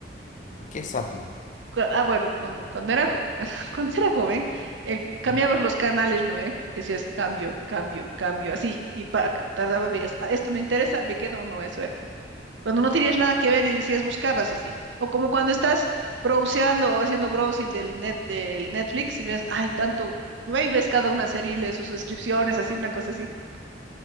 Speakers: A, on the left; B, on the right.
A: ¿qué es zapping?
B: Cu- Ah, bueno, con- cuando era, jo- <laughs> cuando era joven, eh, cambiabas
A: Ujú.
B: los canales, ¿no ve? Decías cambio, cambio, cambio, así, y pa- tardaba, veías, "Ah, esto me interesa, me quedo o no, eso era. Cuando no tenías nada que ver y decías buscabas así. O como cuando estás browseando o haciendo browsing del net, del Netflix y ves, ay, tanto, ve y ves cada una serie y lees sus suscripciones, así, una cosa así. <laughs>